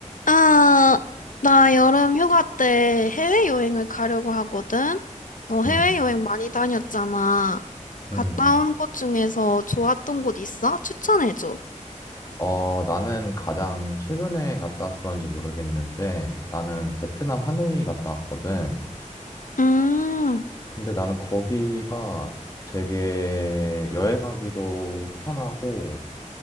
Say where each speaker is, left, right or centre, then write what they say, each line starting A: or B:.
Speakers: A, on the left; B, on the left.
A: 아, 나 여름 휴가 때 해외여행을 가려고 하거든? 너 해외여행
B: 음,
A: 많이 다녔잖아. 갔다
B: 음.
A: 온 곳 중에서 좋았던 곳 있어? 추천해줘.
B: 어, 나는 가장 최근에 갔다 와서 그런지 모르겠는데, 나는 베트남 하노이 갔다 왔거든.
A: 음,
B: 근데 나는 거기가 되게 여행하기도 편하고,